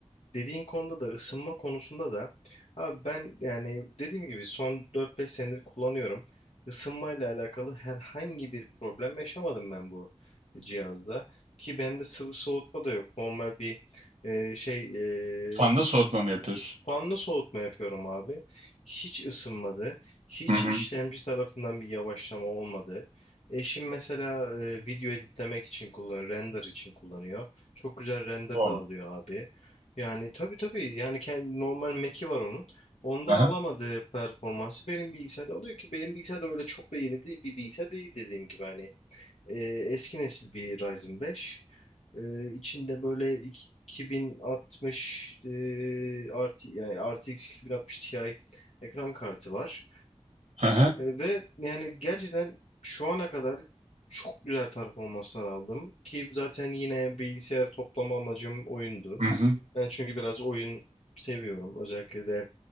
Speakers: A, on the left; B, on the right.
A: Dediğin konuda da ısınma konusunda da abi ben yani dediğim gibi son 4-5 senedir kullanıyorum. Isınmayla alakalı herhangi bir problem yaşamadım ben bu cihazda. Ki bende sıvı soğutma da yok. Normal bir e, şey
B: Fanda
A: e,
B: soğutma mı yapıyorsun?
A: fanlı soğutma yapıyorum abi. Hiç ısınmadı. Hiç
B: Hı hı.
A: işlemci tarafından bir yavaşlama olmadı. Eşim mesela e, video editlemek için kullanıyor, render için kullanıyor. Çok güzel render
B: O.
A: da alıyor abi. Yani tabii tabii yani kendi, normal Mac'i var onun. Onda
B: Aha.
A: alamadığı performansı benim bilgisayarda alıyor ki benim bilgisayar da öyle çok da yeni değil bir bilgisayar değil dediğim gibi hani e, eski nesil bir Ryzen 5. E, içinde böyle iki- 2060 e, artı yani RTX 2060 Ti ekran kartı var.
B: Aha.
A: E, ve yani gerçekten şu ana kadar çok güzel performanslar aldım ki zaten yine bilgisayar toplama amacım oyundu.
B: Hı hı.
A: Ben çünkü biraz oyun seviyorum. Özellikle de